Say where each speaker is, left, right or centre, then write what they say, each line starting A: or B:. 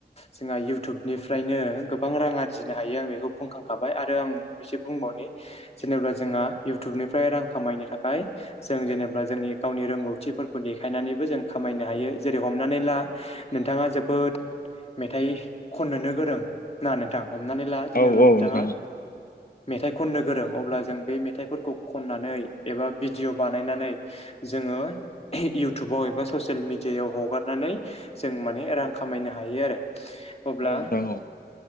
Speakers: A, on the left; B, on the left.
A: जोंहा इउटुबनिफ्रायनो गोबां रां आरजिनो हायो आं बेखौ बुंखांखाबाय आरो आं एसे बुंबावनि <unintelligible> जेनेबा जोंहा इउटुबनिफ्राय रां खामायनो थाखाय जों जेनेबा जोंनि गावनि रोंगौथि थि फोरखौ देखायनानैबो जों खामायनो हायो जेरै हमनानै ला नोंथाङा जोबोद मेथाइ खननोनो गोरों होनना नोंथां हमनानै ला जेनेब्ला
B: औ
A: नोंथाङा
B: औ नोंथां
A: मेथाइ खननो गोरों अब्ला जों बे मेथाइफोरखौ खननानै एबा भिडिअ' बानायनानै जोङो इयउटुबाव एबा ससियेल मिडिया दियायाव हगारनानै जों माने रां खामायनो हायो आरो अब्ला
B: औ नोंथां औ